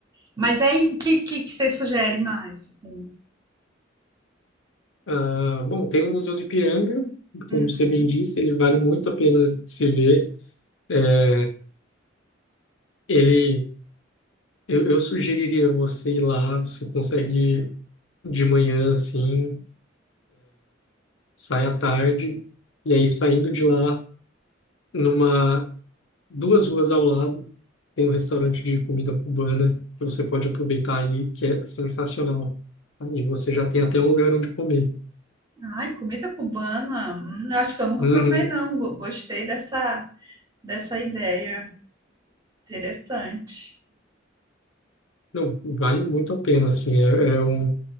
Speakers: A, on the right (about 20°); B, on the left (about 75°).
A: Mas aí, o que, que, que você sugere mais, assim?
B: Ah, bom, tem o Museu do Ipiranga,
A: Uhum.
B: como você bem disse, ele vale muito a pena se ver. É, Ele, eu, eu sugeriria você ir lá, você consegue de manhã assim, sai à tarde, e aí saindo de lá, numa duas ruas ao lado tem um restaurante de comida cubana que você pode aproveitar aí, que é sensacional. Aí você já tem até um lugar onde comer.
A: Ai, comida cubana, hum, acho que eu nunca
B: Uhum.
A: provei, não. Go- Gostei dessa, dessa ideia. Interessante.
B: Não, vale muito a pena, assim, é, é um,